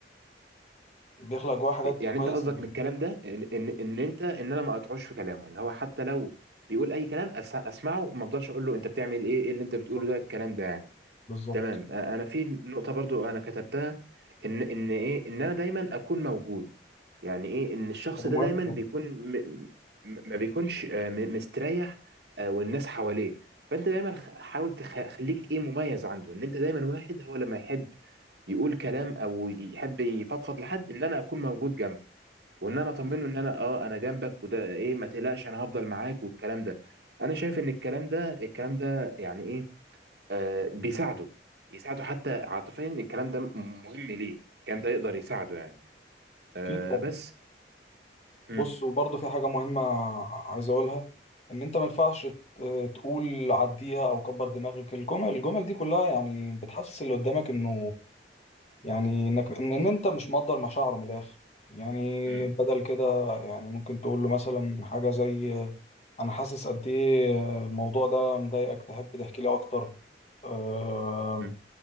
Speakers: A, on the left; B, on the right.
A: بيخلق جواه حاجات
B: يعني
A: كويسة
B: انت قصدك
A: يعني
B: من
A: إيجابية
B: الكلام ده ان ان ان انت ان انا ما اقطعوش في كلامه ان هو حتى لو بيقول اي كلام أس- اسمعه وما افضلش اقول له انت بتعمل ايه ايه اللي انت بتقوله
A: بالظبط
B: ده الكلام ده يعني
A: بالظبط
B: تمام أ- انا في نقطة برضو انا كتبتها ان ان ايه ان انا دايما اكون موجود يعني ايه ان الشخص
A: حاجة
B: ده
A: مهمة
B: دايما بيكون
A: طبعا.
B: م م- ما بيكونش آه، م- مستريح آه، والناس حواليه فانت دايما خ- حاول تخ- خليك ايه مميز عنده ان انت دايما واحد هو لما يحب يقول كلام او يحب يفضفض لحد ان انا اكون موجود جنبه وان انا اطمنه ان انا اه انا جنبك وده ايه ما تقلقش انا هفضل معاك والكلام ده انا شايف ان الكلام ده الكلام ده يعني ايه آه بيساعده يساعده حتى عاطفيا الكلام ده م- مهم ليه الكلام ده يقدر يساعده يعني آه
A: أكيد طبعا
B: بس مم.
A: بص وبرضه في حاجة مهمة عايز أقولها إن أنت ما ينفعش ت- تقول عديها أو كبر دماغك الجمل الجمل دي كلها يعني بتحسس اللي قدامك إنه يعني انك ان ان انت مش مقدر مشاعره من الاخر يعني
B: مم.
A: بدل كده يعني ممكن تقول له مثلا حاجه زي آه، انا حاسس قد ايه آه، الموضوع ده مضايقك تحب تحكي لي اكتر آه،
B: مم.